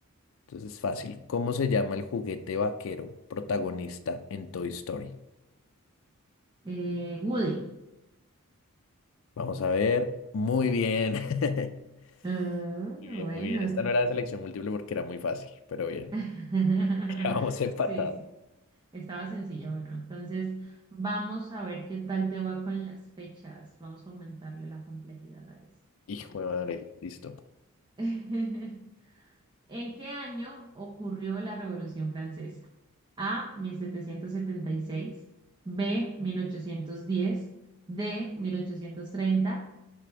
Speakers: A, on the left; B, on the right.
A: Entonces, fácil. ¿Cómo se llama el juguete vaquero protagonista en Toy Story?
B: Eh, Woody.
A: Vamos a ver. Muy bien. <laughs>
B: Ah,
A: Muy bien,
B: bueno.
A: muy bien. Esta no era de selección múltiple porque era muy fácil, pero bien.
B: <laughs>
A: <laughs> Vamos empatados.
B: Sí, sí. Estaba sencilla, bueno, entonces vamos a ver qué tal te va con las fechas. Vamos a aumentarle la complejidad a esto.
A: Hijo de madre, listo.
B: <laughs> ¿En qué año ocurrió la Revolución Francesa? A, 1776, B, 1810, D, 1830,